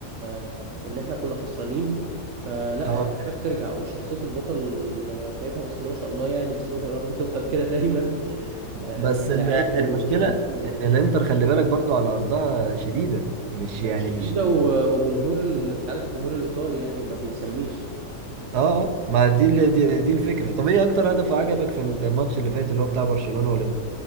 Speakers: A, on the right; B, on the right.
A: آه، ان احنا كنا خسرانين فلا
B: اه
A: اللعيبه بترجع وشخصيه البطل شايفها بسم الله ما شاء الله يعني بسم الله ما شاء الله رب تفضل كده <laughs> دايما آه
B: بس
A: في
B: ال-
A: اللعيبه
B: المشكلة
A: ومكملين
B: ان الانتر خلي بالك برضو على ارضها شديدة مش يعني
A: يعني شديده
B: مش اه
A: و- وجمهور ال... انت عارف الجمهور الايطالي يعني ما بيسميش
B: آه، ما دي ال- دي, دي الفكرة طب ايه اكتر هدف عجبك في الماتش اللي فات اللي هو بتاع برشلونة والانتر